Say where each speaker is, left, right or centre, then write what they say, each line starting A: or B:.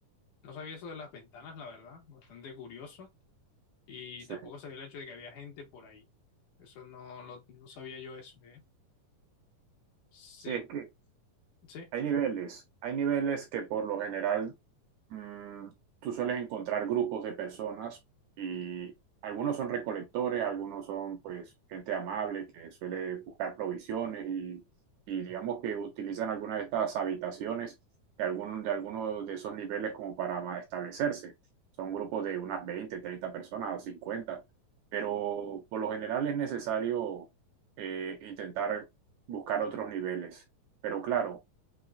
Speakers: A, on the left; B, on the right.
A: No sabía eso de las ventanas, la verdad, bastante curioso, y
B: Sí,
A: tampoco sabía el hecho de que había gente por ahí. Eso no lo, no sabía yo eso, ¿eh? Sí,
B: sí, es que
A: sí.
B: hay niveles, hay niveles que por lo general mm, tú sueles encontrar grupos de personas y algunos son recolectores, algunos son pues gente amable que suele buscar provisiones y, y digamos que utilizan algunas de estas habitaciones de algunos de, algunos de esos niveles como para establecerse. Son grupos de unas 20 30 personas, 50 pero por lo general es necesario eh, intentar buscar otros niveles. Pero claro,